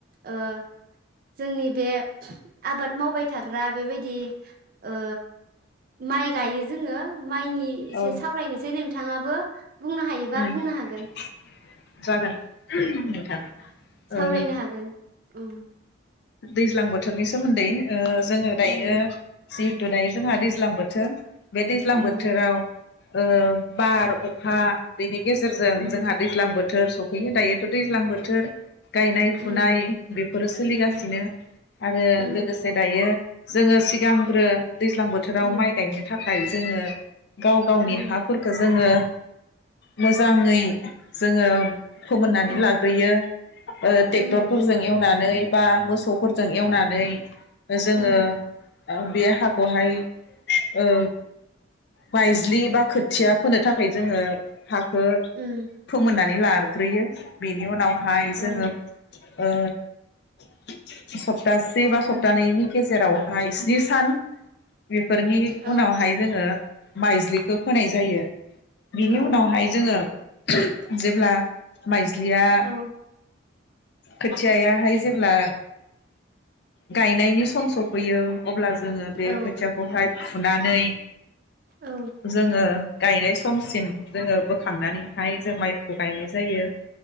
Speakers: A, on the right; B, on the left.
A: ओ जोंनि बे आबाद मावबाय थाग्रा बेबायदि ओ माइ गायो जोङो माइनि इसे
B: औ
A: सावरायनोसै नोंथाङा बो बुंनो हायोबा
B: उम
A: बुंनो हागोन
B: जागोन नोंथां
A: सावरायनो
B: ओ
A: हागोन। उम
B: दैज्लां बोथोरनि सोमोन्दै ओ जोङो दायो
A: उम
B: जिहेटु दायो जोंहा दैज्लां बोथोर। बे दैज्लां
A: उम
B: बोथोराव ओ बार अखा बेनि गेजेरजों
A: उम
B: जोंहा दैज्लां बो थोर सफैयो दायोथ' दैज्लां बोथोर। गायनाय
A: उम
B: फुनाय बेफोरो सोलिगा
A: उम
B: सिनो आरो
A: उम
B: लोगोसे दायो जोङो सिगांग्रो दैज्लां बोथोराव
A: उम
B: माइ गायनो था खाय जोङो गाव गावनि
A: उम
B: हाफोरखो जोङो मोजाङै जोङो फोमोननानै
A: उम
B: लाग्रोयो। ओ
A: उम
B: टेक्टरफोरजों एवना मै बा मोसौफोरजों एवनानै जोङो
A: उम
B: बे हाखौहाय ओ बायज्लि बा खोथिया फोनो थाखै जोङो हाखो
A: उम
B: फोमोनना नै लारग्रोयो बिनि उनाव हाय
A: औ
B: जोङो ओ <unintelligible> सप्तासे बा सप्तानैनि
A: उम
B: गेजेरावहाय स्नि सान बेफोरनि
A: औ
B: उनावहाय जोङो माइज्लिखौ फोनाय जायो। बिनि
A: औ
B: उनावहाय जोङो जेब्ला माइ ज्लिया
A: औ
B: खोथियाहाय जेब्ला गायनायनि सम सफैयो। अब्ला जोङो बे
A: औ
B: खोथियाखौहाय फुनानै
A: औ
B: जोङो गायनाय समसिम जोङो बोखांनानैहाय जों माइखौ गायनाय जायो।